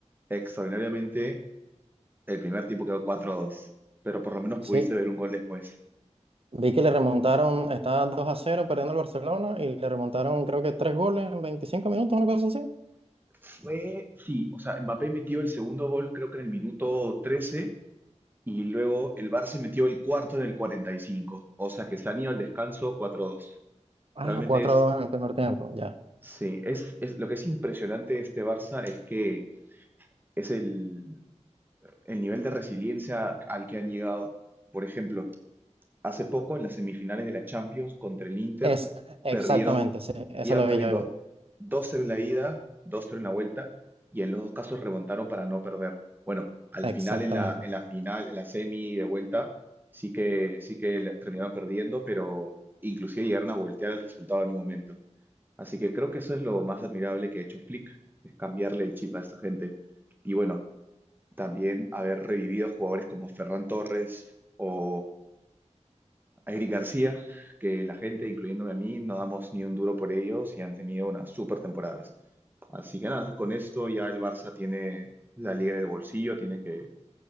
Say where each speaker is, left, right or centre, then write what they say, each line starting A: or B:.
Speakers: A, on the right; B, on the right.
A: extraordinariamente el primer tiempo quedó 4-2, pero por lo menos
B: Sí,
A: pudiste ver un gol después.
B: vi que le remontaron, estaba 2 a cero perdiendo el Barcelona y le remontaron creo que 3 goles en 25 minutos, una cosa así.
A: Fue, sí, o sea, Mbappé metió el segundo gol creo que en el minuto 13 y luego el Barça metió el cuarto en el 45, o sea que se han ido al descanso 4-2.
B: Ah,
A: Realmente
B: 4
A: es,
B: a 2 en el primer tiempo, ya.
A: sí, es, es lo que es impresionante de este Barça es que es el, el nivel de resiliencia al que han llegado. Por ejemplo, hace poco en las semifinales de la Champions contra el Inter,
B: Es exactamente,
A: perdieron,
B: sí, eso
A: iban
B: lo
A: perdiendo
B: vi yo igual.
A: dos 0 en la ida, dos 0 en la vuelta, y en los dos casos remontaron para no perder. Bueno, al
B: Exactamente.
A: final, en la, en la final, en la semi de vuelta, sí que, sí que le- terminaron perdiendo, pero inclusive llegaron a voltear el resultado en un momento. Así que creo que eso es lo más admirable que ha hecho Flick, que es cambiarle el chip a esta gente. Y bueno, también haber revivido jugadores como Ferran Torres o Eric García, que la gente, incluyéndome a mí, no damos ni un duro por ellos y han tenido unas super temporadas. Así que nada, con esto ya el Barça tiene la liga en el bolsillo, tiene que